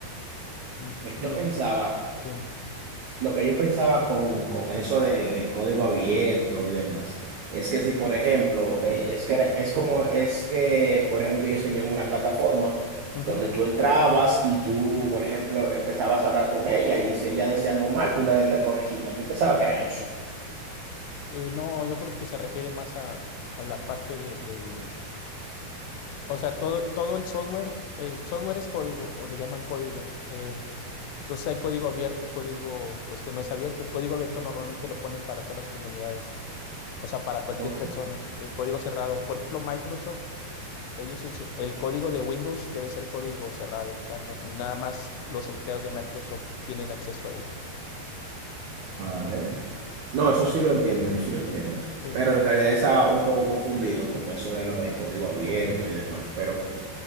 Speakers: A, on the left (about 85°); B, on the right (about 85°).
A: Mm,
B: Eh, Yo
A: No,
B: pensaba
A: sí.
B: Lo que yo pensaba con, con eso de, de código abierto y demás, es que si, por ejemplo, eh, es que era- es como, es que, por ejemplo, ellos tenían una plataforma
A: Ujú.
B: donde tú entrabas y tú, por ejemplo, empezabas a hablar con ella y si ella decía algo mal, tú le, le corregías. Yo pensaba que era eso.
A: Eh, no, yo creo que se refiere más a, a la parte de- del O sea, todo, todo el software, el software es código, o le llaman código. Eh, entonces hay código abierto y código, pues que no es abierto. El código abierto normalmente lo ponen para todas las comunidades, o sea, para cualquier
B: Ok,
A: persona. El código cerrado, por ejemplo, Microsoft, ellos, en su- el código de Windows debe ser código cerrado, o sea, no- nada más los empleados de Microsoft tienen acceso a él.
B: vale. No, eso sí lo entiendo, eso sí lo entiendo.
A: Sí,
B: Pero en realidad estaba un poco confundido con eso de lo de código abierto y demás. Pero